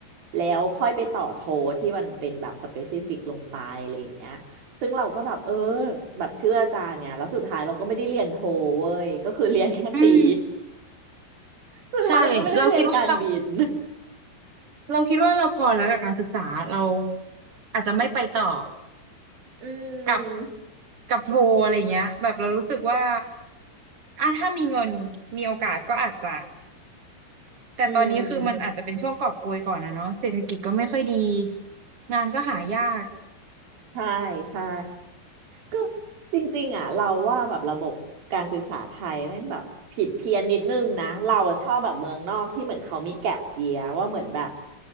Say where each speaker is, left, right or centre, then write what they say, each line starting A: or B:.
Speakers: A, on the right (about 60°); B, on the right (about 35°).
A: แล้วค่อยไปต่อโทที่มันเป็นแบบสเปซิฟิกลงไปอะไรอย่างเงี้ยซึ่งเราก็แบบเออแบบเชื่ออาจารย์เนี่ยแล้วสุดท้ายเราก็ไม่ได้เรียนโทเว้ยก็คือเรียนแค่ตี
B: อืม
A: <laughs> สุดท้ายเราก็ไม่ได้เรียนการบิน
B: ใช่เราคิดว่าเราคิดว่าเราพอแล้วกับการศึกษาเราอาจจะไม่ไปต่อ
A: อื
B: กับ
A: ม
B: กับโทอะไรเงี้ยแบบเรารู้สึกว่าอ่ะถ้ามีเงินมีโอกาสก็อาจจะแต่ตอนนี้คือมันอาจจะเป็นช่วงกอบโกยก่อนนะเนาะเศรษฐกิจก็ไม่ค่อยดี
A: อืม
B: งานก็หายาก
A: ใช่ใช่ก็จริงๆอ่ะเราว่าแบบระบบการศึกษาไทยแม่งแบบผิดเพี้ยนนิดนึงนะเราชอบแบบเมืองนอกที่เหมือนเขามีแก็ปเยียร์ว่าเหมือนแบบ